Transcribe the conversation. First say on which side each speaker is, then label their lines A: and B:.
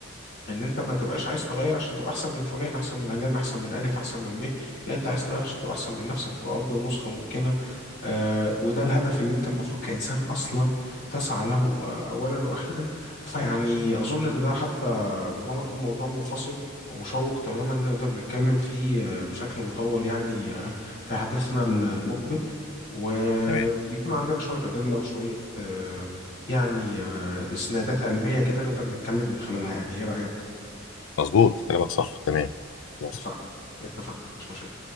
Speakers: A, on the left; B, on the left.
A: ان انت ما تبقاش عايز تغير عشان تبقى احسن من فلان احسن من علان احسن من الف احسن من ب لا انت عايز تغير عشان تبقى احسن من نفسك تبقى افضل نسخه ممكنه آه، وده الهدف اللي انت المفروض كإنسان أصلا تسعى له آه، أولا وأخيرا فيعني أظن إن ده حتى ربما يكون موضوع منفصل ومشوق تماما نقدر نتكلم فيه آه، بشكل مطول يعني آه، في حديثنا المقبل ويكون
B: تمام
A: عندنا شوية أدلة وشوية آه، يعني آه، إسنادات علمية كده نقدر نتكلم من خلالها يعني إيه رأيك؟
B: مظبوط كلامك صح تمام خلاص
A: اتفقنا اتفقنا مفيش مشاكل